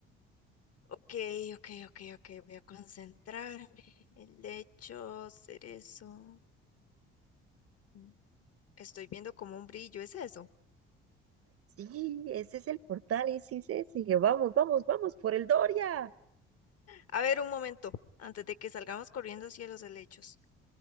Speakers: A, on the left; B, on the right.
A: Ok, ok, ok, ok. Voy a concentrarme. El lecho, cerezo. Mm, Estoy viendo como un brillo. ¿Es eso?
B: Sí, ese es el portal, ese es ese. Vamos, vamos, vamos por el Doria.
A: A ver, un momento. Antes de que salgamos corriendo hacia los helechos.